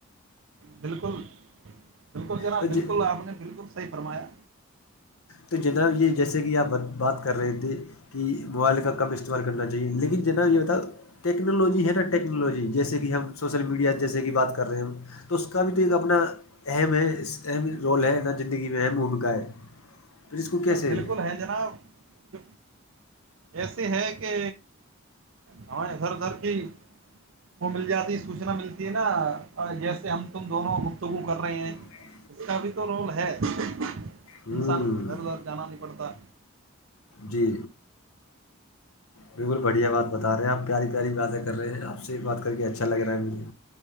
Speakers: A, on the right; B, on the left.
A: بالکل بالکل جناب
B: تو
A: بالکل آپ نے بالکل صحیح فرمایا
B: تو جناب یہ جیسے کہ آپ بات کر رہے تھے کہ موائل کا کم استعمال کرنا چاہیے لیکن ج نا یہ ہو تھا ٹیکنالوجی ہے نا ٹیکنالوجی جیسے کہ ہم سوشل میڈیا جیسے کہ بات کر رہے ہم تو اس کا بھی تو ایک اپنا اہم ہے اہم رول ہے نہ زندگی میں اہم بھومکا ہے پھر اس کو کیسے
A: نہیں بالکل ہے جناب ایسے ہے کہ ہمارے ادھر ادھر کی وہ مل جاتی سوچنا ملتی ہے نا جیسے ہم تم دونوں گفتگو کر رہے ہیں
B: میں
A: اس کا بھی تو رول ہے انسان
B: ہوں
A: کو ادھر ادھر جانا نہیں پڑتا
B: جی بالکل بڑھیا بات بتا رہے ہیں آپ پیاری پیاری باتیں کر رہے ہیں آپ سے بات کر کے اچھا لگ رہا ہے مجھے